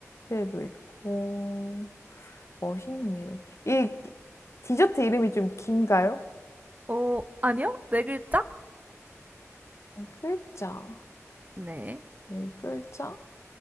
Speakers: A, on the left; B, on the right.
A: 때도 있고, 멋있는 이름. 이 디저트 이름이 좀 긴가요?
B: 어, 아니요? 네 글자?
A: 네 글자,
B: 네.
A: 네 글자?